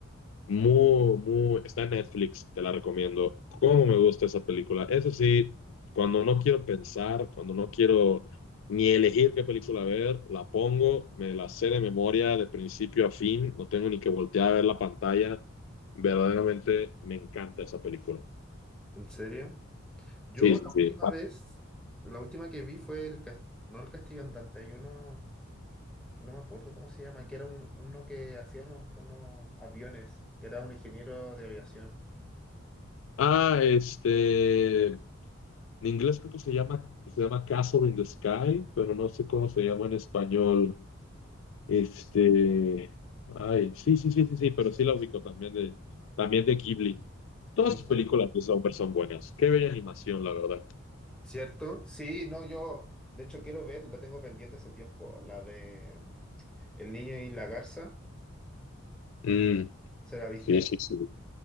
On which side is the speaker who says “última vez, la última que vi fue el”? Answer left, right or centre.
Centre